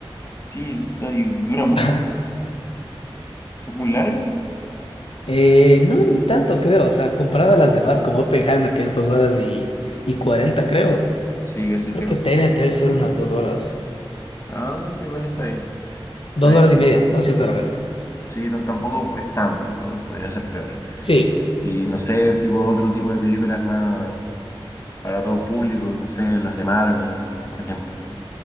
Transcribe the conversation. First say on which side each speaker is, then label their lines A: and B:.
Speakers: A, on the left; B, on the left.
A: Sí, está, y dura mucho,
B: <laughs>
A: es muy largo.
B: Eh, no, ni tanto creo. O sea, comparada a las demás, como Oppenheimer, que es dos horas y, y 40 creo.
A: Sí, casi
B: Creo
A: tres
B: que
A: horas.
B: Tenet debe ser unas dos horas.
A: Ah, igual está bien,
B: Dos
A: está bien.
B: horas y media, no sé si es larga.
A: Sí, no- tampoco es tanto, pod- podría ser peor.
B: Sí,
A: Y no sé, tipo otro tipo de películas más para todo público, no sé, las de Marvel, por ejemplo.